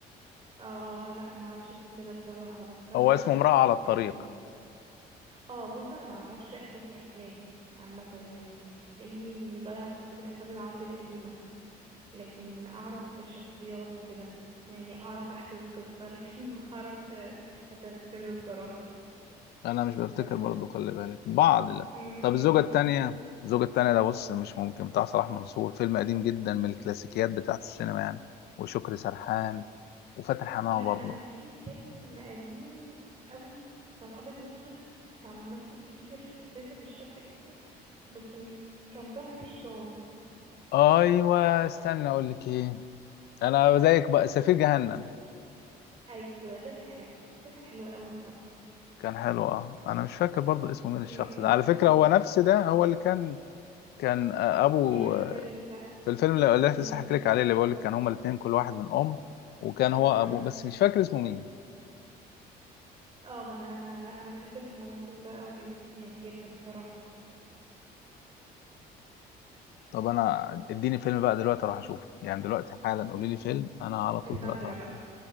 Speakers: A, on the right; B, on the left.
A: اه اه لا ما اعرفش الفيلم ده بصراحة بس انا
B: هو اسمه امرأة على الطريق
A: يعني اه بص انا ما اعرفش اسامي افلام عامة يعني لاني ضايعة في اسامي الافلام العربي القديمة لكن اعرف الشخصيات وكده يعني اعرف احكي القصة لكن <laughs> ما اعرفش اسامي الفيلم بصراحة
B: انا مش بفتكر
A: بس
B: برضه خلي بالك بعض لا
A: مم.
B: طب الزوجة التانية الزوجة التانية ده بص مش ممكن بتاع صلاح منصور فيلم قديم جدا من الكلاسيكيات بتاعت السينما يعني وشكري سرحان وفاتن حمامة
A: لا
B: برضه
A: انا في فيلم قديم قوي كان ابيض واسود بتاع ممثل كبير في السن مش فاكرة اسمه بس م- كان طالع فيه شيطان
B: ايوه استنى اقول لك ايه انا زيك بقى سفير جهنم
A: ايوه ده كان حلو ده كان حلو قوي بصراحة
B: كان حلو اه انا مش فاكر برضه اسمه
A: م-
B: مين الشخص ده
A: م.
B: على فكرة هو نفس ده هو اللي كان كان آه، ابو
A: بيمثل
B: آه، في الفيلم اللي اللي
A: م-
B: لسه حكيت لك عليه اللي بقول لك كان هما الاتنين كل واحد من ام وكان
A: م- م.
B: هو ابوه بس مش فاكر اسمه مين
A: اه ما انا لا انا بحب الممثل ده قوي جدا يعني جدا بصراحة
B: طب انا اديني فيلم بقى دلوقتي اروح اشوفه يعني دلوقتي حالا قولي لي فيلم انا على طول
A: كاساندرا
B: دلوقتي هروح
A: بقى
B: اشوفه